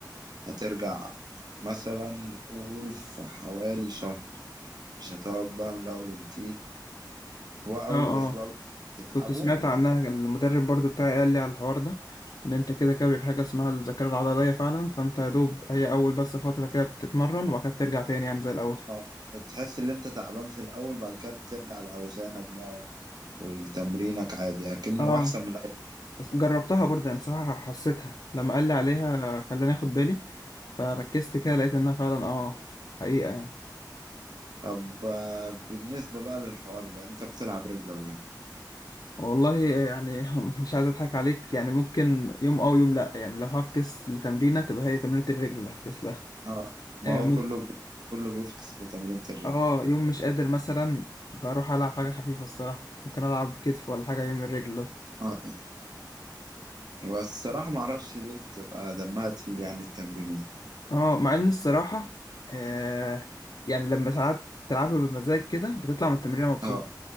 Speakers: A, on the right; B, on the left.
A: هترجع مثلا قول في حوالي شهر مش هتقعد بقى من الأول وجديد هو أول
B: اه
A: أسبوع
B: اه
A: بتتعبه
B: كنت سمعت
A: وبعد
B: عنها
A: كده
B: المدرب برضو بتاعي قال لي على الحوار ده ان انت كده كده بيبقى في حاجه اسمها الذاكره العضليه فعلا فانت يا دوب هي اول بس فتره كده بتتمرن وبعد كده بترجع تاني يعني زي الاول
A: اه بتحس إن أنت تعبان في الأول بعد كده بترجع لأوزانك بقى والتمرينك عادي لكن
B: اه
A: وأحسن من الأول
B: بس جربتها برضه يعني صراحه حسيتها لما قال لي عليها خلاني اخد بالي فركزت كده لقيت انها فعلا اه حقيقه يعني
A: طب آه، بالنسبة بقى للحوار ده أنت بتلعب رجل ولا لأ؟
B: والله يعني <laughs> مش عايز اضحك عليك يعني ممكن يوم اه ويوم لا يعني لو هفكس لتمرينه تبقى هي تمرينه الرجل اللي هفكس لها
A: اه
B: آه،
A: ما هو كله بي... كله بيفكس لتمرينة الرجل
B: اه يوم مش قادر مثلا بروح العب حاجه خفيفه الصراحه ممكن العب كتف ولا حاجه يوم الرجل ده
A: اه بس الصراحة ما اعرفش ليه بتبقى دمها تقيل يعني التمرينة دي
B: اه مع ان الصراحه آه يعني لما ساعات تلعبها بمزاج كده بتطلع من التمرين مبسوط
A: اه